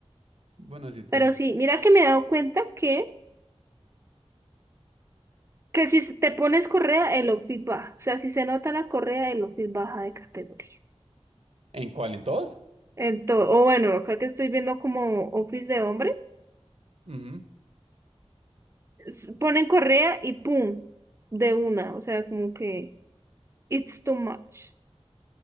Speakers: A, on the right (about 65°); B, on the right (about 25°).
A: Bueno, sí, te...
B: Pero sí, mira que me he dado cuenta que, que si se- te pones correa, el outfit baja, o sea, si se nota la correa, el outfit baja de categoría.
A: ¿En cuál? ¿En todos?
B: Entonces, o bueno, acá que estoy viendo como outfits de hombre,
A: Ujú.
B: s- ponen correa y pum, de una, o sea, como que it's too much.